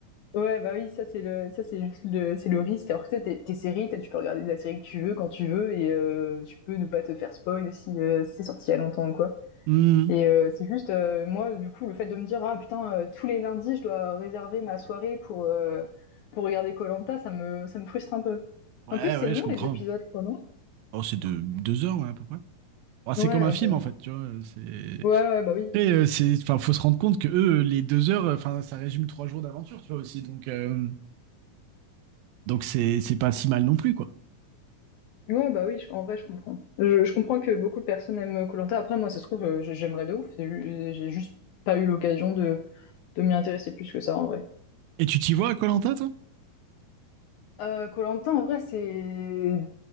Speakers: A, on the left; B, on the right.
A: Ouais, bah oui, ça, c'est le, ça, c'est juste le, c'est le risque. Alors que, tu sais, tes, tes séries, t'as- tu peux regarder la série que tu veux, quand tu veux, et, euh, tu peux ne pas te faire spoil si, euh, si c'est sorti il y a longtemps ou quoi.
B: Hmm.
A: Et euh, c'est juste, euh, moi, du coup, le fait de me dire, ah putain, euh, tous les lundis, je dois réserver ma soirée pour, euh, pour regarder koh ça me, ça me frustre un peu.
B: Ouais,
A: En plus, c'est
B: ouais,
A: long
B: je comprends.
A: les épisodes, quoi, non?
B: Oh, c'est de deux heures, ouais, à peu près. Bah, c'est
A: Ouais,
B: comme un
A: ok.
B: film,
A: Ouais,
B: en fait, tu vois. C'est
A: ouais, ouais, bah oui.
B: Après, euh, c'est, enfin, faut se rendre compte que eux, les deux heures, euh, enfin, ça résume trois jours d'aventure, tu vois aussi. Donc, euh, donc c'est, c'est pas si mal non plus, quoi.
A: Ouais, bah oui, je- en vrai, je comprends. Je, je comprends que beaucoup de personnes aiment koh Après, moi, ça se trouve, euh, j- j'aimerais de ouf. C'est ju- J'ai juste pas eu l'occasion de, de m'y intéresser plus que ça, en vrai.
B: Et tu t'y vois à Koh-Lanta, toi?
A: Euh, koh en vrai, c'est